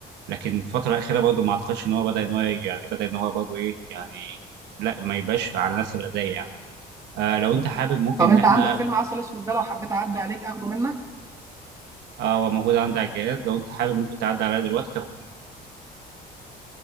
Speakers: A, on the right; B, on the right.
A: لكن الفتره الاخيره برضو ما اعتقدش ان هو بدا ان هو يعني بدا ان هو برضو ايه يعني لا ما يبقاش على نفس الاداء يعني آه لو انت حابب ممكن
B: طب
A: ان
B: انت
A: احنا
B: عندك فيلم عسل اسود ده لو حبيت اعدي عليك اخده منك
A: آه هو موجود عندي على الجهاز لو انت حابب ممكن تعدي عليا دلوقتي تاخد